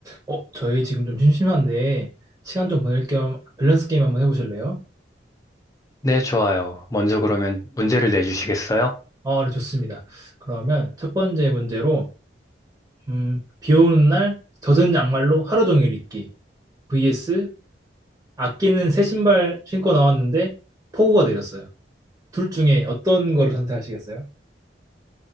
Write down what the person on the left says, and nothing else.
네, 좋아요. 먼저 그러면 문제를 내주시겠어요?